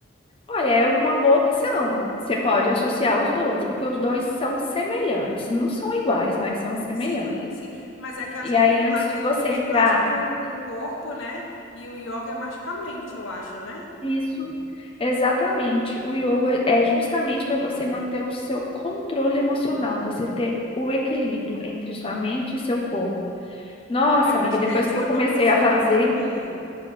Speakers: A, on the left; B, on the left.
A: Olha, é uma boa opção. Você pode associar os dois, porque os dois são semelhantes. Não são iguais, mas são semelhantes.
B: Sim, sim. Mas é que acho
A: E
B: que
A: aí,
B: o Pilates
A: antes de
B: ele
A: você
B: mexe
A: entrar,
B: mais com, com o corpo, né? E o yoga é mais com a mente, eu acho, né?
A: isso, exatamente. O yoga é justamente para você manter o seu controle emocional, você ter o equilíbrio entre sua mente e seu corpo. Nossa,
B: Mas
A: amiga,
B: acho
A: depois
B: que é isso
A: que
B: que
A: eu
B: eu
A: comecei
B: tô precisando,
A: a fazer,
B: sabia?